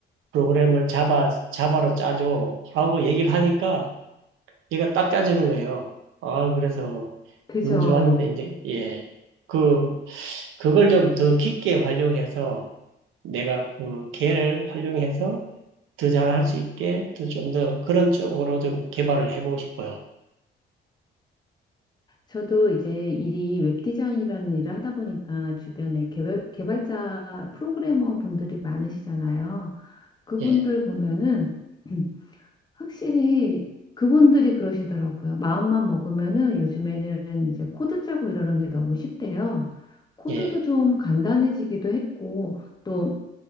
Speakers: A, on the right; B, on the left.
A: 프로그램을 자바 자바로 짜줘라고 얘기를 하니까 얘가 딱 짜주는 거예요. 아, 그래서
B: 그죠.
A: 너무 좋았는데, 이제, 예. 그, 그걸 좀 더 깊게 활용해서 내가 그 개를 활용해서 더 잘할 수 있게 더 좀 더 그런 쪽으로 좀 개발을 해보고 싶어요.
B: 저도 이제 일이 웹디자인이라는 일을 하다 보니까 주변에 개발, 개발자 프로그래머 분들이 많으시잖아요. 그분들
A: 예,
B: 보면은 <clears throat> 확실히 그분들이 그러시더라고요. 마음만 먹으면은 요즘에는 이제 코드 짜고 이러는 게 너무 쉽대요. 코드도
A: 예,
B: 좀 간단해지기도 했고 또